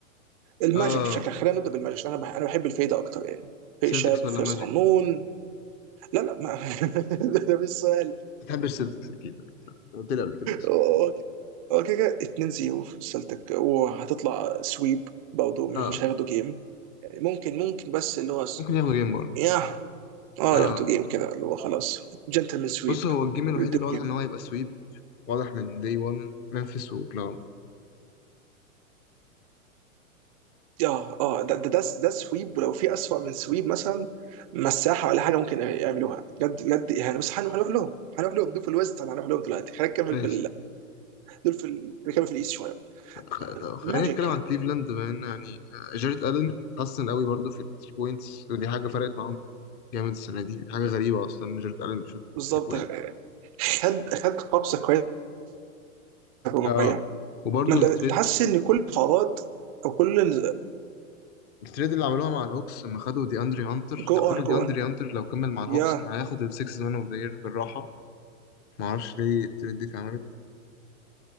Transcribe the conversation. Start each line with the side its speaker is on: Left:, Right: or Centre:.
Right: الماجيك
Left: اه
Right: بشكل خلينا نبدا بالماجيك عشان انا بح انا بحب الفايده اكتر يعني
Left: سيلتكس
Right: فايق شاب
Left: ولا
Right: فايق
Left: ماجيك؟
Right: صغنون لا لا ما <laughs> ده مش سؤال
Left: ما بتحبش سيلتكس أكيد قلت لي قبل كده أصلا
Right: هو هو كده كده 2 0 سلتك وهتطلع سويب برضه مش
Left: اه
Right: مش هياخدوا جيم يعني ممكن ممكن بس اللي هو س-
Left: ممكن ياخدوا جيم برضه
Right: ياه اه
Left: اه
Right: ياخدوا جيم كده اللي هو خلاص جنتلمان سويب
Left: بص هو الجيم الوحيد
Right: يدوم
Left: اللي واضح
Right: جيم
Left: إن هو هيبقى سويب واضح من داي 1 ممفيس وأوكلاهوما
Right: اه اه ده ده ده, ده سويب ولو في اسوأ من سويب مثلا مساحه ولا حاجه ممكن يعملوها بجد بجد يعني بس هنروح هنروح لهم هنروح لهم دول في الويست هنروح لهم دلوقتي خلينا نكمل
Left: <laughs> ماشي
Right: في دول في ال- اللي كانوا في الايست شويه
Left: خ- طب خلينا
Right: ماجيك
Left: نتكلم عن كليفلاند بما ان يعني آه، جاريت الن حسن قوي برضو في الثري بوينتس ودي حاجه فرقت معاهم جامد السنه دي دي حاجه غريبه اصلا إن جاريت الن بيشوط
Right: بالظبط
Left: ثري بوينت
Right: خد خد قبضه كويسه هجوميه
Left: اه وبرضو
Right: ما انت
Left: التريد
Right: انت حاسس ان كل القرارات او كل
Left: التريد اللي عملوها مع الهوكس لما خدوا دي اندري هانتر
Right: جو
Left: أنت على
Right: اون
Left: فكره دي
Right: جو
Left: اندري
Right: اون
Left: هانتر لو كمل مع الهوكس
Right: يا
Left: كان هياخد السكس مان اوف ذا يير بالراحه ما اعرفش ليه التريد دي اتعملت